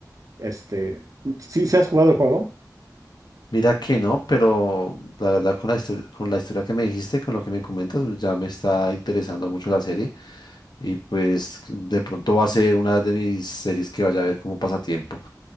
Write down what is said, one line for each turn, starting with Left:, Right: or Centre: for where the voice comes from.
Right: Este, si ¿sí, has jugado el juego?
Left: mira que no, pero la verdad con la historia, con la historia que me dijiste, con lo que me comentas, pues, ya me está interesando mucho la serie y pues de pronto va a ser una de mis series que vaya a ver como pasatiempo.